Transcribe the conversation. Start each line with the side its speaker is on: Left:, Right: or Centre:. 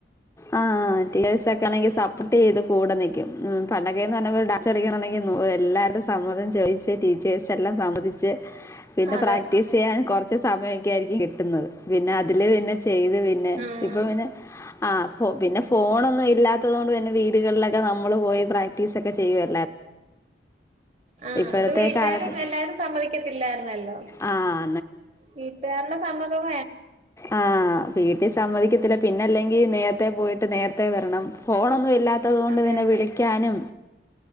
Left: ആഹ് <unintelligible> ഹ പുട്ടിയ്ത് കൂടെ നിക്കും ഉം പണ്ടൊക്കേന്ന് പർഞ്ഞ ഒരു ഡാൻസ് <unintelligible> ഇന്നു ഉ എല്ലാരുടെ സമ്മതം ചോയ്ച്ച് ടീച്ചേഴ്സ് എല്ലാം സമ്മതി ച്ച് പിന്നെ
Right: അതെ
Left: പ്രാക്ടീസ് ചെയ്യാൻ കൊർച്ച് സമയൊക്കെ ആയിരിക്കും കിട്ടുന്നത് പിന്നെ അതില് പിന്നെ ചെയ്ത് പിന്നെ
Right: ആഹ്
Left: ഇപ്പൊ പിന്നെ ആ ഫോ പിന്നെ ഫോണൊന്നും ഇല്ലാത്തത് കൊണ്ട് പിന്നെ വീടുകളിലൊക്കെ നമ് മ്മള് പോയി പ്രാക്ടീസ് ഒക്കെ ചെയ്യുആ
Right: ആ
Left: ഇപ്പോഴത്തെ
Right: അത് വീട്ടാരും
Left: കാലത്ത്
Right: എല്ലാരും സമ്മതിക്കത്തില്ലായിര്ന്നല്ലോ
Left: ആഹ്
Right: വീട്ടുആര്ടെ സമ്മതമ
Left: ആ വീട്ടില് സമ്മതിക്കത്തില്ല പിന്നെ അല്ലെങ്കി നേർ ത്തേ പോയിട്ട് നേരത്തെ വരണം ഫോണൊന്നും ഇല്ലാത്തത് കൊണ്ട്
Right: അതെ
Left: പിന്നെ
Right: അതെ
Left: വിളിക്കാനും